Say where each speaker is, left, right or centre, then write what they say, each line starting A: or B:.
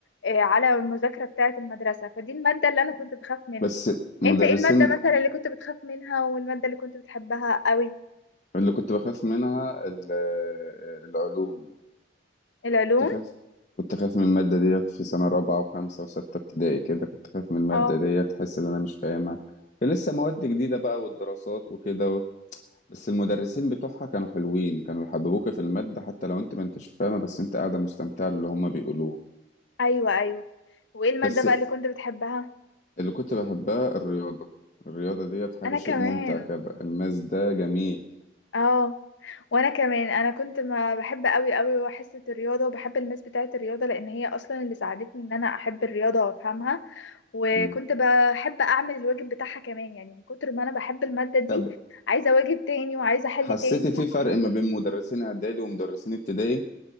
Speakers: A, on the left; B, on the left.
A: آه، على المذاكرة بتاعة المدرسة فدي المادة اللي أنا كنت بخاف منها
B: بس مدرسين
A: أنت إيه المادة مثلا اللي كنت بتخاف منها والمادة اللي كنت بتحبها قوي
B: اللي كنت بخاف منها ال- العلوم
A: العلوم
B: كنت خايف كنت خايف من المادة ديت في سنة رابعة وخمسة وستة ابتدائي كده كنت خايف من المادة
A: اه
B: ديت أحس إن أنا مش فاهمها كان لسه مواد جديدة بقى والدراسات وكده و... بس المدرسين بتوعها كانوا حلوين كانوا يحببوك في المادة حتى لو أنت ما أنتش فاهمة بس أنت قاعدة مستمتعة اللي هما بيقولوه
A: ايوه ايوه وايه الماده
B: بس
A: بقى اللي كنت بتحبها
B: اللي كنت بحبها الرياضة الرياضة ديت حاجة
A: انا
B: شيء
A: كمان
B: ممتع كده الماس ده جميل
A: اه وانا كمان انا كنت ما بحب قوي قوي حصه الرياضه وبحب الماس بتاعه الرياضه لان هي اصلا اللي ساعدتني ان انا احب الرياضه وافهمها وكنت
B: مم.
A: بحب اعمل الواجب بتاعها كمان يعني من كتر ما انا بحب الماده دي
B: طب
A: عايزه واجب تاني وعايزه احل
B: حسيتي
A: تاني
B: في فرق ما بين مدرسين إعدادي ومدرسين ابتدائي؟